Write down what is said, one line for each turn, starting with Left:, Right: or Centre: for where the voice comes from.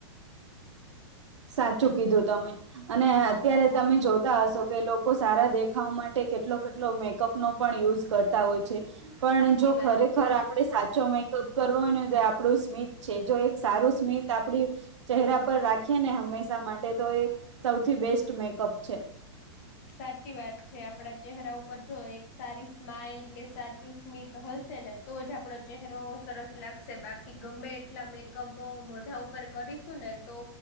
Right: સાચું કીધું તમે અને અત્યારે તમે જોતા હશો કે લોકો સારા દેખાવ માટે કેટલો કેટલો મેકઅપનોો પણ યુઝ કરતા હોય છે. પણ
Left: સાચી
Right: જો
Left: વાત
Right: ખરેખર
Left: છે
Right: આપડે સાચોમાં કરવોય તો આપણું સ્મિત છે જો એક સારું સ્મિત આપડી ચહેરા પર રાખ ને હંમેશા માટે તો એક સૌથી બેસ્ટ મેકઅપ છે.
Left: સાચી વાત છે આપડા ચહેરા ઉપર જો એક સારી સ્માઈલ કે સાચું સ્મિત હશે ને તો આપડો ચહેરો સરસ લાગશે બાકી ગમે એટલા મેકઅપ મોઢા ઉપર કરીશું ને તો